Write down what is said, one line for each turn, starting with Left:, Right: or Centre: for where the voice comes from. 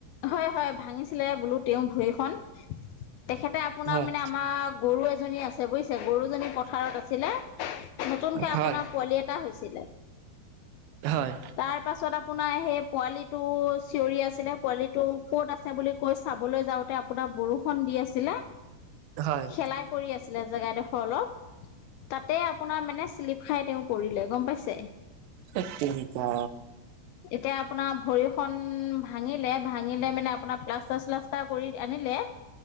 Left: হয় হয় ভাঙিছিলে বোলো তেওঁ ভৰিখন। তেখেতে আপোনাৰ
Right: হয়
Left: মানে আমাৰ গৰু এজনী আছে বুইছে গৰুজনী পথাৰত আছিলে। নতুনকে
Right: হয়
Left: আপোনাৰ পোৱালি এটা হৈছিলে,
Right: হয় হয়
Left: তাৰ পাছত আপোনাৰ সেই পোৱালিটো চিঞৰি আছিলে পোৱালি তৌ ক'ত আছে বুলি কৈ চাবলৈ যাওঁতে আপোনাৰ বৰষুণ দি আছিলে।
Right: হয়
Left: খেলাই পৰি আছিলে জেগাডোখৰ অলপ, তাতে আপোনাৰ মানে শ্লিপ খাই তেওঁ পৰিলে গম পাইছে।
Right: থেৎত তেৰিকা।
Left: এতিয়া আপোনাৰ ভৰি খন ভাঙিলে ভাঙিলে মানে আপোনাৰ প্লাষ্টাৰ চ্লাচ প্লাষ্টাৰ কৰি আনিলে।